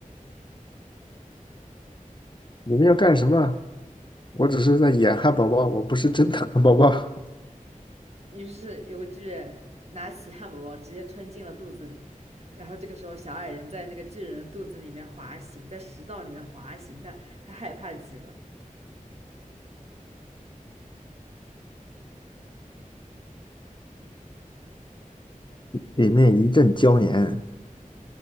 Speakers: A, on the left (about 35°); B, on the right (about 50°).
A: 你们要干什么？我只是在演汉堡包，我不是真的汉堡包。
B: 于是有个巨人拿起汉堡包直接吞进了肚子里，然后这个时候小矮人在那个巨人的肚子里面滑行，在食道里面滑行，他他害怕极了，
A: 里面一阵娇黏，